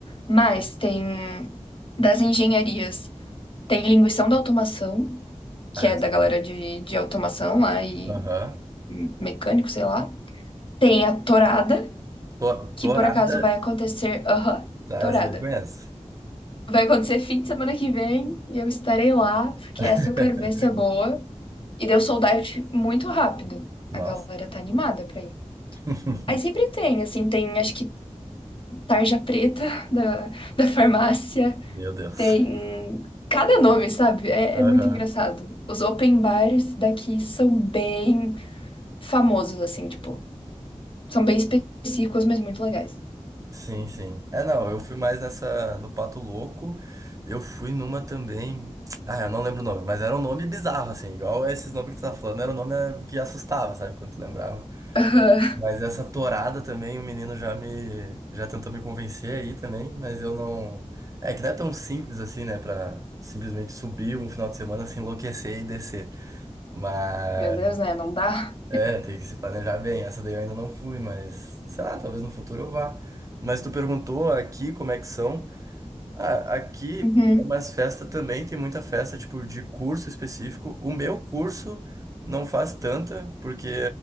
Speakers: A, on the left; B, on the right.
A: mas tem das engenharias, tem linguição da automação, que
B: Ah,
A: é
B: essa
A: da
B: daí.
A: galera de, de automação lá e
B: Aham.
A: mecânico, sei lá. Tem a tourada,
B: To-
A: que
B: Torada.
A: por acaso vai acontecer, aham,
B: Tá,
A: tourada.
B: essa daí eu conheço.
A: Vai acontecer fim de semana que vem e eu estarei lá, porque
B: <laughs>
A: essa eu quero ver se é boa. E deu sold out muito rápido.
B: Nossa.
A: A galera tá animada pra ir.
B: <laughs>
A: Aí sempre tem, assim, tem acho que tarja preta <laughs> da, da farmácia,
B: Meu Deus.
A: tem cada nome, sabe? É,
B: Aham.
A: é muito engraçado. Os open bars daqui são bem famosos, assim, tipo, são bem específicos, mas muito legais.
B: Sim, sim. É, não, eu fui mais nessa, no Pato Louco. Eu fui numa também. Ah, eu não lembro o nome, mas era um nome bizarro, assim, igual esses nomes que tu tá falando, era um nome eh, que assustava, sabe? Quando tu lembrava.
A: <laughs>
B: Mas essa torada também, o menino já me, já tentou me convencer aí também, mas eu não. É que não é tão simples assim, né? Pra simplesmente subir um final de semana, se enlouquecer e descer. Mas
A: Meu Deus, né? Não dá?
B: é, tem que se planejar bem. Essa daí eu ainda não fui, mas sei lá, talvez no futuro eu vá. Mas tu perguntou aqui como é que são. Ah, aqui
A: Uhum.
B: é umas festas também, tem muita festa, tipo, de curso específico. O meu curso não faz tanta, porque